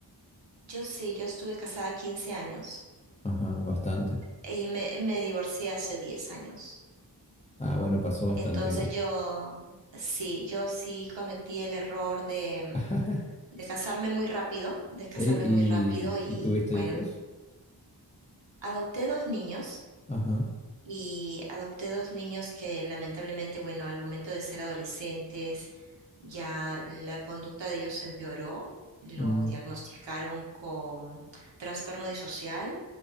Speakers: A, on the right (about 85°); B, on the left (about 15°).
A: Yo sí, yo estuve casada 15 años.
B: Ajá, bastante.
A: Y me, me divorcié hace 10 años.
B: Ah, bueno, pasó bastante
A: Entonces
B: igual.
A: yo, sí, yo sí cometí el error de,
B: <laughs>
A: de casarme muy rápido, de casarme
B: Ey, ¿y,
A: muy rápido y
B: y tuviste
A: bueno,
B: hijos?
A: adopté dos niños
B: Ajá.
A: y adopté dos niños que lamentablemente, bueno, al momento de ser adolescentes ya la conducta de ellos se empeoró, los
B: Mm,
A: diagnosticaron con trastorno disocial